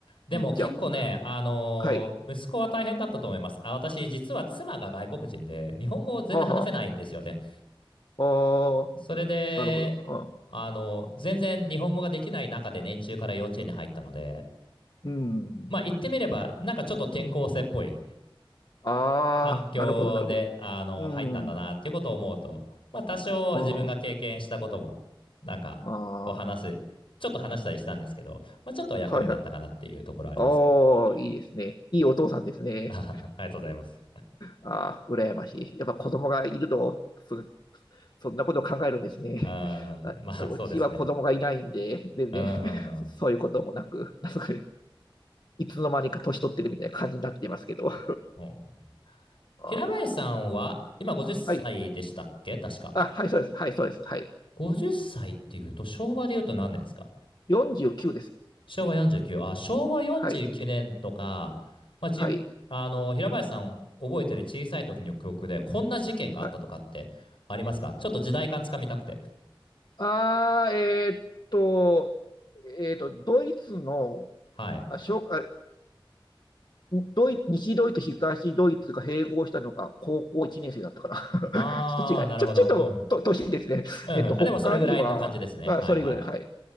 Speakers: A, on the left; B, on the left.
A: でも結構ね、
B: じゃあ、
A: あのー息子は大変だったと思います。
B: はい。
A: あ、私、実は妻が外国人で、日本語を全然話せないんですよね。
B: はあ、はあ。ああ、
A: それで、
B: なるほど。はあ、
A: あの全然日本語ができない中で年中から幼稚園に入ったので、
B: うん。
A: まあ言ってみれば、なんかちょっと転校生っぽい
B: ああ、
A: 環境で、
B: なるほど、なるほど。
A: あの、
B: うん。
A: 入ったんだなっていうことを思うと、まあ、多少自分が経験したことも、
B: ああ、
A: なんか、
B: ああ、
A: こう話す、ちょっと話したりしたんですけど、まあ、ちょっとは役に立ったかなっていうところはありますけどね。
B: はいはい。ああ、いいですね。いいお父さんですね。
A: <laughs> ありがとうございます。
B: ああ、羨ましい。やっぱ子供がいるの、そ、そんなことを考えるんですね。
A: あーまあ、
B: <laughs> あ、
A: そうですね。
B: うちは子供がいないんで、全然、
A: うん、うん、うん。
B: そそういうこともなく、なんかいつの間にか年取ってるみたいな感じになってますけど。<laughs> あ
A: うん
B: あ、
A: 平林さんは、今50歳でしたっけ確か。
B: はい。あ、はい、そうです。はい、そうです。はい。
A: 50歳っさいっていうと、昭和で言うと何年ですか
B: 49です。
A: 昭和49、あ、昭和49年とか、
B: はい。
A: まあ、じ、
B: はい。
A: あの、平林さん覚えてる小さい時の記憶で、こんな事件があったとかってありますかちょっと時代感つかみたくて。
B: はい。ああえーっと、えーっと、ドイツの、
A: はい。
B: あ、小、あ、ドイ、西ドイツ、東ドイツが併合したのが高校1年生だったから <laughs>
A: あー、
B: ちょっと違い。
A: なるほど。
B: ちょ、ちょっと、
A: うんうん。
B: と、年ですね。
A: うんうん。
B: えっと、他には、
A: あ、でもそれぐらいの感じですね。
B: まあ、
A: はいはい。
B: それぐらい。はい。